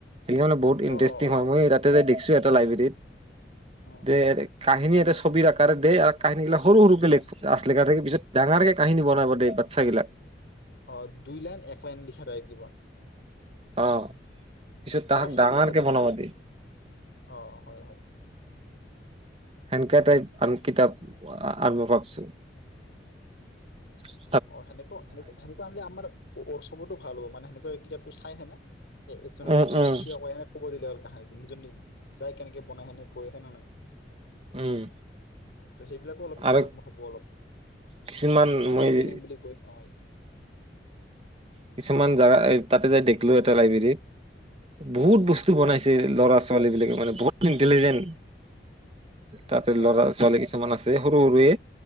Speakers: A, on the right; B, on the left.
A: এইকেইখন বোলে বহুত ইনটাৰেষ্টিং
B: অ অ অ
A: হয়। তাতে দেখছোঁ এটা লাইব্ৰেৰীত
B: উম,
A: দে <unintelligible>
B: উম।
A: কাহিনী এটা ছবিৰ আকাৰে দে আৰু কাহিনীবিলাক সৰু-সৰুকে <unintelligible> লিখা থাকে। পিছত ডাঙৰকে
B: হয়।
A: কাহিনী বনাব দে বাচ্ছা গিলাক
B: অ দুই লাইন, এক লাইন লিখা থাকে কিবা।
A: অ পিছত তাহাক
B: অলপ-চলপ
A: ডাঙৰকে
B: লিখা থাকে
A: বনাব
B: আৰু
A: দে
B: অ হয়-হয়।
A: সেনেকা টাইপ আমি কিতাপ <unintelligible> আনব ভাবছোঁ ।
B: অ সেনেকুৱাও <unintelligible> সেনেকুৱা আনলি আমাৰ অ <unintelligible> চবতো ভাল হব মানে সেনে <unintelligible> কিতাপটো চাইহেনে এ একজন-একজনকৈ
A: উম উম
B: উঠি এনে ক'ব লগীয়া হল কাহিনীটো <unintelligible> নিজন চাই কেনেকে বনাই হেনে কৈ হেনে নাই
A: উম।
B: <inaudible> ত' সেইবিলাকো অলপ ইম্প্ৰুভ
A: আৰু
B: হ'ব অলপ,
A: কিছুমান
B: ইষ্ট-ইষ্ট-ইষ্ট
A: মই
B: তোৰ টেলিং বুলি কই নহয়
A: কিছুমান জাগা এই তাতে যে দেখলোঁ এটা লাইব্ৰেৰীত বহুত
B: অ
A: বস্তু বনাইছে। তে ল'ৰা-ছোৱালীবিলাকে মানে বহুত ইন্টেলিজেণ্ট তাতে
B: হয়
A: ল'ৰা-ছোৱালী
B: হয়
A: কিছুমান আছে। এ সৰু সৰু এ।